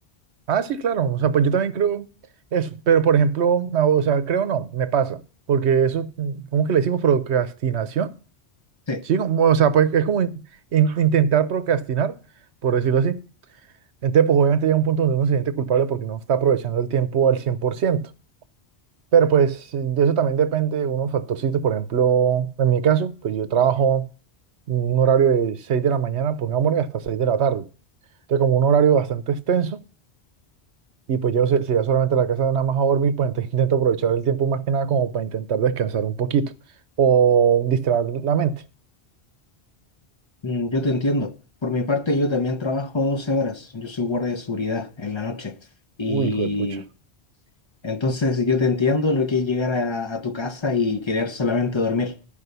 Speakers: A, on the right; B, on the left.
A: Ah, sí, claro. O sea, pues yo también creo eso. Pero, por ejemplo, no, o sea, creo no, me pasa. Porque eso, mm, ¿cómo que le decimos procrastinación?
B: Sí.
A: Sí, como, o sea, pues es como in- in- intentar procrastinar, por decirlo así. Entonces, pues obviamente llega un punto donde uno se siente culpable porque no está aprovechando el tiempo al cien por ciento Pero pues eh, de eso también depende de unos factorcitos. Por ejemplo, en mi caso, pues yo trabajo un horario de 6 de la mañana, pongámosle, hasta 6 de la tarde. Entonces, como un horario bastante extenso Y pues yo, si si ya solamente a la casa nada más a dormir, pues entonces <laughs> intento aprovechar el tiempo más que nada como para intentar descansar un poquito o distraer la mente.
B: Mm, Yo te entiendo. Por mi parte, yo también trabajo 12 horas. Yo soy guardia de seguridad en la noche. Y
A: Uy, hijo de pucha.
B: entonces yo te entiendo lo que es llegar a, a tu casa y querer solamente dormir,